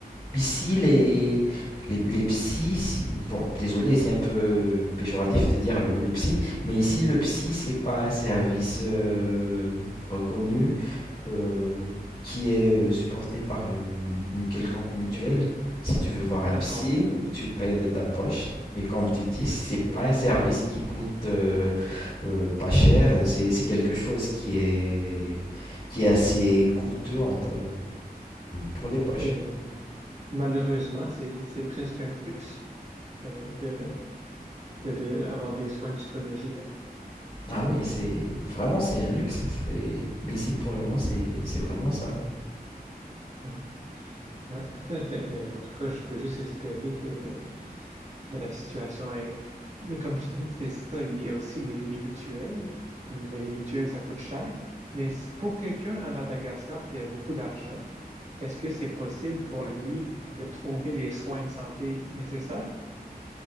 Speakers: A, on the left (about 35°); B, on the right (about 45°).
A: ici, les, les, les psys, si- bon, désolé, c'est un peu péjoratif de dire le, le psy, mais
B: mhm,
A: ici, le psy, c'est pas un service euh, reconnu euh, qui est euh, supporté par euh, une quelconque mutuelle.
B: ouais,
A: Si tu veux voir
B: je
A: un
B: comprends.
A: psy, tu payes de ta poche. Et comme tu dis, c'est
B: Ouais,
A: pas un service qui coûte euh, euh, pas cher, c'est c'est quelque chose qui est, qui est assez coûteux en te- pour
B: ouais.
A: les poches.
B: Et malheureusement, c'est, c'est presque un luxe de, de, de, de avoir des soins psychologiques.
A: Ah oui, c'est vraiment c'est un luxe. C'est- Ici pour le moment, c'est c'est vraiment ça.
B: Ouais, ouais, tout à fait. Mais en tout cas, je peux juste espérer que La situation est... Mais comme tu dis, c'est ça, il y a aussi les, les mutuelles. Hum, Mais les mutuelles, ça coûte cher. Mais si- pour quelqu'un à Madagascar qui a beaucoup d'argent, est-ce que c'est possible pour lui de trouver les soins de santé nécessaires?